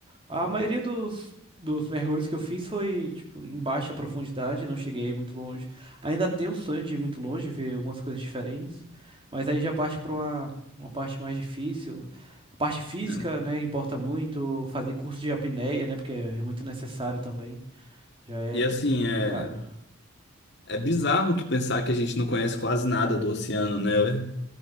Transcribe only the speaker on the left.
né?
E assim,
é, é bizarro tu pensar que a gente não conhece quase nada do oceano, né?